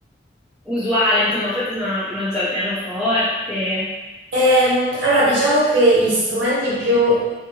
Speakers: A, in the centre; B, on the right.
A: usuale, insomma, forse suonano più, non so, il pianoforte.
B: Ehm, allora, diciamo che gli strumenti più